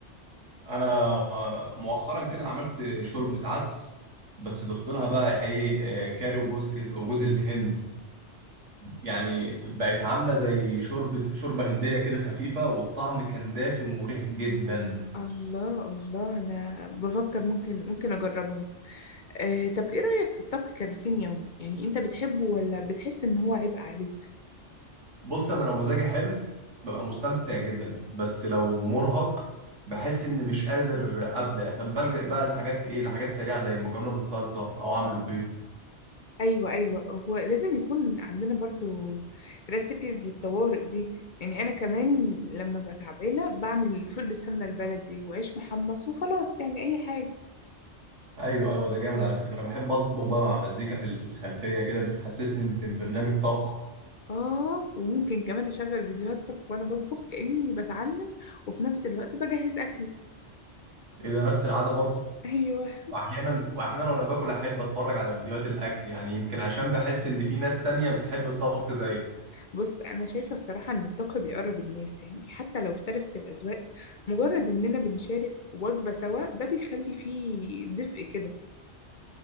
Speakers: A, on the right; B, on the left.
A: أنا مؤخرا كده عملت شوربة عدس بس ضفت لها بقى إيه آه، كاري وجوز كده- وجوز الهند يعني بقت عاملة زي شوربة شوربة هندية كده خفيفة والطعم كان دافي ومريح جدا
B: الله الله انا بفكر ممكن ممكن اجربهم آه طب ايه رأيك في الطبخ كروتين يومي يعني انت بتحبه ولا بتحس ان هو عبء عليك
A: بص أنا لو مزاجي حلو ببقى مستمتع جدا بس لو مرهق بحس إني مش قادر أبدأ فبلجأ بقى لحاجات إيه لحاجات سريعة زي المكرونة بالصلصة أو أعمل بيض
B: ايوه ايوه هو لازم يكون عندنا برضو ريسيبيز للطوارئ دي يعني انا كمان لما ببقى تعبانه بعمل فول بالسمنه البلدي وعيش محمص وخلاص يعني اي حاجه
A: أيوه أيوه ده جامد على فكرة أنا بحب أطبخ بقى مع مزيكا في الخلفية كده بتحسسني إن البرنامج طبخ
B: اه وممكن كمان اشغل فيديوهات طبخ وانا بطبخ كأني بتعلم وفي نفس الوقت بجهز اكلي
A: إيه ده نفس العادة برضه
B: <laughs> ايوه
A: واحيانا واحيانا وانا باكل احب اتفرج على فيديوهات الاكل يعني يمكن عشان بحس ان في ناس تانية بتحب الطبخ زيي
B: بص أنا شايفة الصراحة إن الطبخ بيقرب الناس يعني حتى لو اختلفت الأذواق مجرد إننا بنشارك وجبة سوا ده بيخلي فيه دفء كده